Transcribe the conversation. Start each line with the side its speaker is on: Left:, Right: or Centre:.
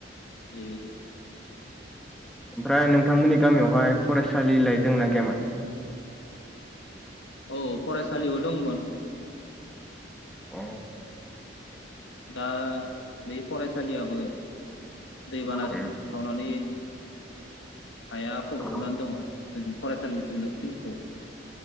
Left: दैबायदि
Centre: ओमफ्राय नोंथांमोननि गामियावहाय फरायसालिलाय दोंना गैयामोन
Left: औ फरायसालिबो दंमोन
Centre: अ
Left: दा बै फरायसालियाबो दैबानाजों
Centre: उम
Left: सावनानै हाया फबजोबनानै
Centre: औ
Left: दङ जोंनि फरायसालिनि फिल्ड फिल्डखौ